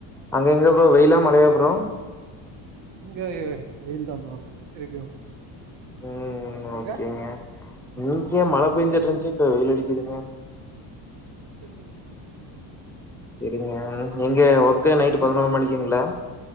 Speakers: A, in the centre; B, on the right (about 65°).
A: அங்க எங்க அப்புற வெயிலா மழையா ப்ரோ
B: இங்கஐ வெயில் தா ப்ரோ திருப்பியு
A: ம்
B: அங்க
A: ஓகேங்க நீக்க ஏ மழ பெஞ்சுட்ருஞ்ச்சு இப்ப வெயில் அடிக்குதுங்க
B: ச சரிப்பா
A: சரிங்க எங்க ஒர்க் கே நைட்டு
B: நீங்க
A: பதினோரு மணிக்குங்கள